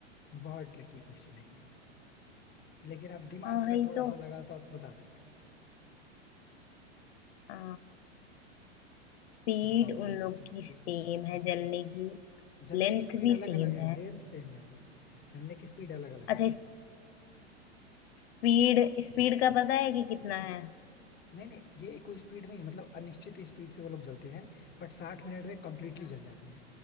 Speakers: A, on the left (about 30°); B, on the left (about 60°).
A: बहुत ट्रिकी क्वेश्चन है ये लेकिन आप
B: हाँ
A: दिमाग अगर
B: भाई
A: थोड़ा
B: तो
A: सा लगा तो आप बता सकते
B: आ, स्पीड
A: हैं। बताओ बताओ
B: उन लोग
A: सोचो
B: की
A: सोचो
B: सेम है जलने की
A: जलने
B: लेंथ
A: की स्पीड
B: भी
A: अलग
B: सेम
A: अलग है
B: है
A: लेंथ सेम है बस जलने की स्पीड अलग अलग
B: अच्छा
A: है
B: स्पीड स्पीड का पता है कि कितना है
A: नहीं नहीं ये कोई स्पीड नहीं है मतलब अनिश्चित स्पीड से वो लोग जलते हैं बट साठ मिनट में कंप्लीटली
B: हाँ,
A: जल जाते हैं